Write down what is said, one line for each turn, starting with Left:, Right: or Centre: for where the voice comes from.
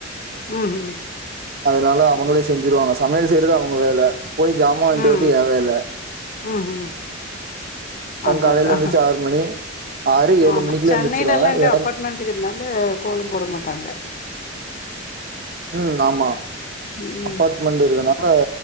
Left: ம் ம்
Right: அதனால அவுங்ளே செஞ்சிருவாங்க சமையல் செய்றது அவுங்க வேல போய் ஜாமா வாய்ன்டு
Left: ம்
Right: வரது எ வேல
Left: ம் ம்
Right: அவுங்
Left: அதா
Right: காலையில
Left: அதா
Right: எந்திரிச்சி ஆறு மணி ஆறு ஏழு
Left: ஆமா
Right: மணிக்குள்ள
Left: சென்னையில
Right: எந்திரிச்சிருவாங்க
Left: எல்லா இங்க
Right: எனக்கு
Left: அப்பாட் மெண்ட்க்குதுனால கோலம் போட மாட்டாங்க
Right: ம் ஆமா
Left: ம்
Right: அப்பாட்மெண்டு இருக்குனால